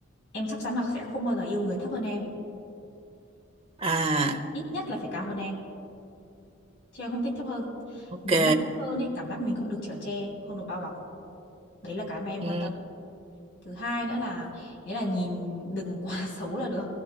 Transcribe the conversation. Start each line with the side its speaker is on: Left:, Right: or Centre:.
Left: em chắc chắn là sẽ không bao giờ yêu người thấp hơn em
Right: À,
Left: ít nhất là phải cao hơn em chứ em không thích thấp hơn
Right: ok.
Left: nếu mà thấp hơn ấy cảm giác mình không được chở che không được bao bọc đấy là cái mà em
Right: Ừ.
Left: quan tâm thứ hai nữa là nghĩa là nhìn đừng quá <laughs> xấu là được